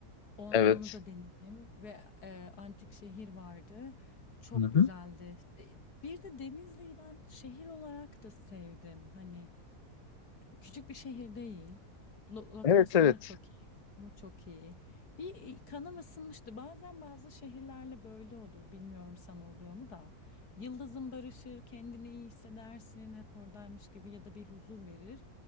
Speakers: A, on the left; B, on the left.
A: O-
B: Evet.
A: Onu da denedim ve e, antik şehir vardı. Çok
B: Hı hı.
A: güzeldi. İşte Bir de Denizli'yi ben şehir olarak da sevdim. Hani Küçük bir şehir değil. Lo- lokasyonu
B: Evet evet.
A: çok iyi, konumu çok iyi. Bir e, kanım ısınmıştı. Bazen bazı şehirlerle böyle olur. Bilmiyorum sana oluyor mu da. Yıldızın barışır, kendini iyi hissedersin, hep oradaymış gibi ya da bir huzur verir.